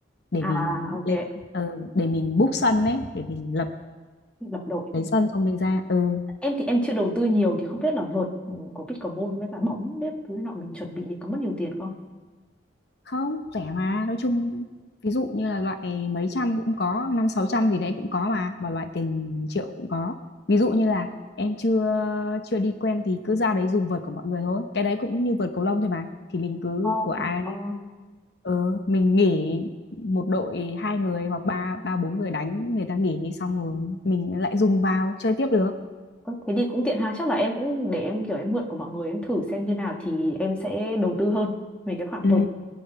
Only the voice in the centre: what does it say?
à,
à, ok.
lập đội
em thì em chưa đầu tư nhiều thì không biết là vợt ừ, của pickleball với cả bóng bếp thứ nọ mình chuẩn bị thì có mất nhiều tiền không
Ờ,
ờ.
Ơ, Thế thì cũng tiện ha, chắc là em cũng để em kiểu em mượn của mọi người em thử xem như nào thì em sẽ đầu tư hơn về cái khoản
vượt.